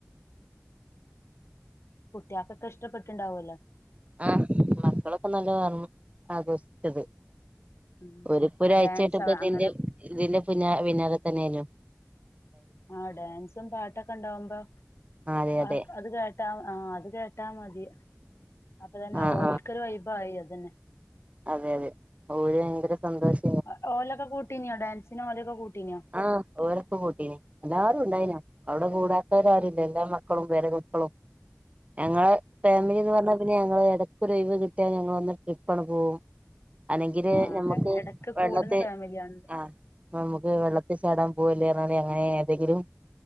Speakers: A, on the left (about 65°); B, on the right (about 30°).
A: കുട്ട്യാക്കൊക്കെ ഇഷ്ടപ്പെട്ടിണ്ടാവല്ലോ
B: ആഹ് മക്കളൊക്കെ നല്ല <unintelligible> ആഘോഷിച്ചത്
A: ഉം
B: ഓര് ഇപ്പൊരാഴ്ചയായിട്ട്
A: ഡാൻസ്
B: ഇപ്പതിന്റെ
A: അങ്ങനെ
B: ഇതിന്റെ പിന്നാലെ പിന്നാലെത്തന്നായിനു
A: ആഹ് ഡാൻസും പാട്ടൊക്കെണ്ടാവുമ്പം
B: അതെ അതെ
A: ആർക്ക്‌ അത് കേട്ടാ ആഹ് അത് കേട്ടാ മതി അപ്പന്നെ
B: ആഹ്
A: ഓൽക്കൊരു വൈബായി അതന്നെ
B: അതെയതെ ഓല് ഭയങ്കര സന്തോഷ
A: ഒ ഓലക്കെ കൂട്ടീനോ ഡാൻസിനോ ഓലൊക്കെ കൂട്ടീനോ
B: ആഹ് ഓലൊക്കെ കൂട്ടീനിം ല്ലാരും ഉണ്ടായിനു അവിടെ കൂടാത്തവരാരുല്ല എല്ലാ മക്കളും പേര മക്കളും ഞങ്ങളെ ഫാമിലി
A: ഉം
B: എന്ന് പറഞ്ഞാ പിന്നെ ഞങ്ങള് ഇടക്കൊരൊഴിവ് കിട്ടിയാ ഞങ്ങളൊന്ന് ട്രിപ്പണ് പോവും അലെങ്കില്
A: ആഹ്
B: നമ്മുക്ക്
A: എടക്ക്
B: വെള്ളത്തി
A: കൂടുന്ന ഫാമിലിയാണ്
B: ആഹ് നമുക്ക് വെള്ളത്തിചാടാൻ പോവല്ലേ അറിഞ്ഞാണ്ട് അങ്ങനെ ഏതെങ്കിലും